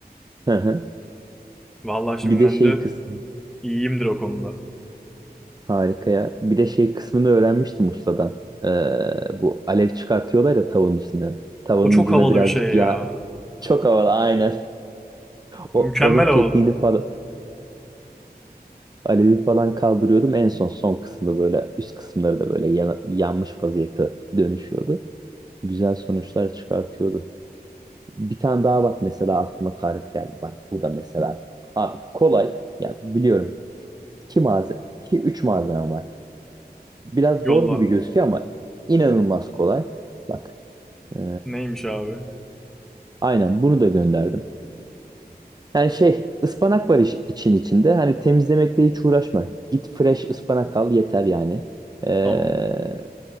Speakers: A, on the right (about 25°); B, in the centre.
A: hı hı.
B: Vallahi şimdi
A: Bir de
B: ben
A: şey
B: de
A: kısmı
B: iyiyimdir o konuda.
A: harika ya. Bir de şey kısmını öğrenmiştim ustadan. Ee, bu alev çıkartıyorlar ya tavanın üstüne. Tavanın
B: O çok
A: ucuna
B: havalı
A: birazcık
B: bir şey ya.
A: yağ çok havalı aynen.
B: Mükemmel
A: O, onun
B: havalı.
A: tekniğini falan alevi falan kaldırıyordum. En son son kısımda böyle üst kısımları da böyle yana- yanmış vaziyete dönüşüyordu. Güzel sonuçlar çıkartıyordu. Bir tane daha bak mesela aklıma tarif geldi. Bak bu da mesela abi kolay. Yani biliyorum. İki malzeme, iki üç malzeme var. Biraz
B: Yolla.
A: zor gibi gözüküyor ama inanılmaz kolay. Bak. ee,
B: Neymiş abi?
A: aynen bunu da gönderdim. Yani şey ıspanak var iş, için içinde. Hani temizlemekle hiç uğraşma. Git fresh ıspanak al yeter yani. Ee,
B: Tamam.